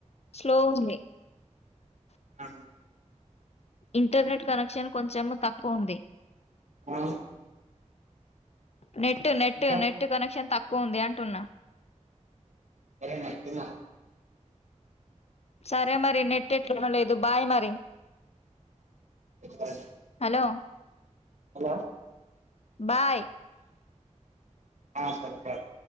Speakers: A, on the left; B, on the right.
A: స్లో ఉంది
B: ఆ
A: ఇంటర్నెట్ కనెక్షన్ కొంచెం తక్కువ ఉంది
B: ఆ
A: నెట్ నెట్
B: ఇంకా
A: నెట్ కనెక్షన్ తక్ క్కువ ఉంది అంటున్నా
B: సరే మరి తిన్నావా
A: సరే మరి నెట్టెట్లునలేదు బాయ్ మరి
B: బాయ్
A: లో
B: హలో
A: బాయ్
B: ఆ సరే బాయ్